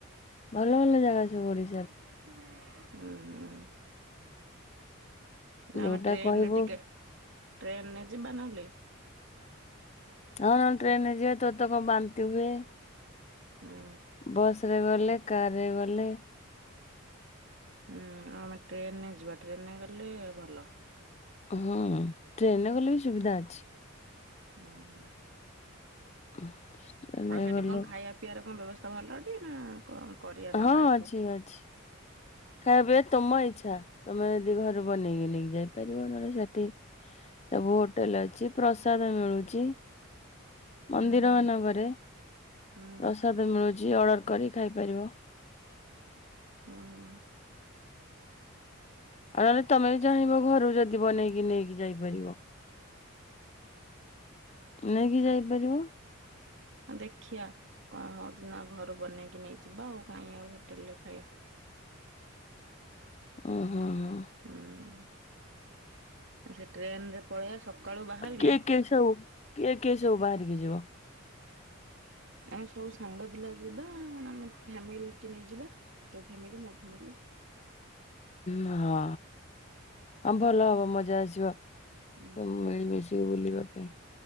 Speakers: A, on the left; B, on the right.
A: ଭଲ ଭଲ ଜାଗା ଅଛି ସବୁ ଓଡ଼ି
B: ଉଁ। ଆମେ
A: ଯୋଉଟା
B: ଟ୍ରେନରେ
A: କହିବୁ
B: ଟିକେ, ଟ୍ରେନ ଯିବା ନହେଲେ?
A: ହଁ ଟ୍ରେନରେ ଯିବା ତୋ ତ କଣ ବାନ୍ତି ହୁଏ।
B: ହୁଁ।
A: ବସ୍ <unintelligible> ଗଲେ କାରରେ ଗଲେ
B: ହୁଁ ଆମେ ଟ୍ରେନରେ ଯିବା ଟ୍ରେନରେ ଗଲେ ଭଲ।
A: ହୁଁ ଟ୍ରେନରେ ଗଲେ ବି ସୁବିଧା ଅଛି।
B: ଉଁ ହୁଁ।
A: <inaudible>
B: ଆଉ ସେଠି
A: ଗଲେ
B: କଣ ଖାଇବା ପିଇବାର କଣ ବ୍ୟବସ୍ଥା ଭଲ ଅଛି ନା କଣ କରିବା ନବା
A: ହଁ
B: ଏଠୁ?
A: ଅଛି ଅଛି ଖାଇବା ପିଇବା ତମ ଇଚ୍ଛା। ତମେ ଯଦି ଘରୁ ବନେଇକି ନେଇକି ଯାଇପାରିବ। ନହେଲେ ସେଠି ସବୁ ହୋଟେଲ ଅଛି ପ୍ରସାଦ ମିଳୁଛି।
B: ହୁଁ
A: ମନ୍ଦିର
B: ହୁଁ
A: ମାନଙ୍କରେ
B: ହୁଁ
A: ପ୍ରସାଦ ମିଳୁଛି। ଅର୍ଡର କରି ଖାଇପାରିବ।
B: <unintelligible>
A: ଆଉ ନହେଲେ ତମେବି ଚାହିଁବ ଘରକୁ ଯଦି ବନେଇକି ନେଇକି ଯାଇପାରିବ। ନେଇକି
B: ହୁଁ
A: ଯାଇପାରିବ।
B: ଦେଖିଆ କଣ ହଉଛି ନା ଘରୁ ବନେଇକି ନେଇଯିବା ଆଉ। କାଇ ଆଉ ହୋଟେଲରେ ଖାଇବା। <inaudible>
A: ହୁଁ ହୁଁ ହୁଁ।
B: ହୁଁ ସେ ଟ୍ରେନରେ ପଳେଇବା ସକାଳୁ ବାହାରିଲେ
A: କିଏ କିଏ ସବୁ କିଏ <unintelligible> ଯିବ।
B: ଆମେ ସବୁ ସାଙ୍ଗ ପିଲା ଯିବା ନା ଆମ ଫାମିଲି କି ନେଇ ଯିବା ତୋ ଫ୍ୟାମିଲି ମୋ ଫ୍ୟାମିଲି।
A: ହଁ ଆଉ ଭଲ ହବ ମଜା ଆସିବ।
B: ଉଁ
A: ସବୁ ମିଳିମିଶି ବୁଲିବା ପାଇଁ।